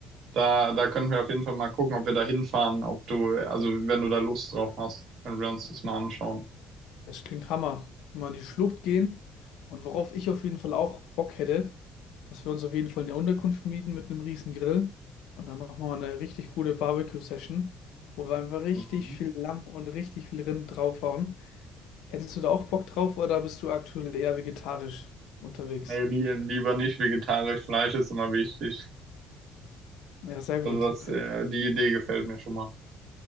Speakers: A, on the right (about 55°); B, on the left (about 80°).
A: Da, da könnten wir auf jeden Fall mal gucken, ob wir da hinfahren, ob du, also wenn du da Lust drauf hast, können wir uns das mal anschauen.
B: Das klingt Hammer. Wenn wir in die Schlucht gehen und worauf ich auf jeden Fall auch Bock hätte, dass wir uns auf jeden Fall eine Unterkunft mieten mit einem riesen Grill und dann machen wir mal eine richtig gute Barbecue-Session, wo wir einfach richtig
A: Mhm.
B: viel Lamm und richtig viel Rind draufhauen. Hättest du da auch Bock drauf oder bist du aktuell eher vegetarisch unterwegs?
A: Nee, li lieber nicht. Vegetarisch, Fleisch ist immer wichtig.
B: Ja, sehr
A: Also
B: gut.
A: das, äh, die Idee gefällt mir schon mal.